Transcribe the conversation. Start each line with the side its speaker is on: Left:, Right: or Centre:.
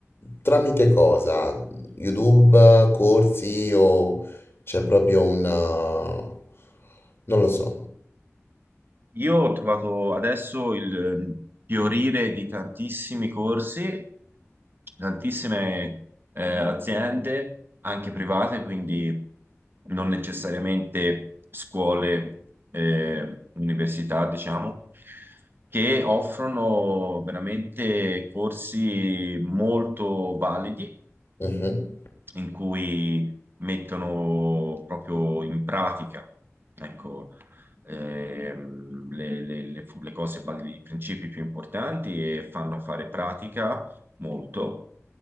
Left: tramite cosa? YouTube, corsi o c'è proprio una... non lo so.
Right: Io ho trovato adesso il ehm, fiorire di tantissimi corsi, tantissime eh, aziende, anche private, quindi non necessariamente scuole, eh, università, diciamo, che offrono veramente corsi molto validi
Left: Mhm.
Right: in cui mettono proprio in pratica, ecco, ehm, le, le- le fu- le cose, ba- i principi più importanti e fanno fare pratica molto.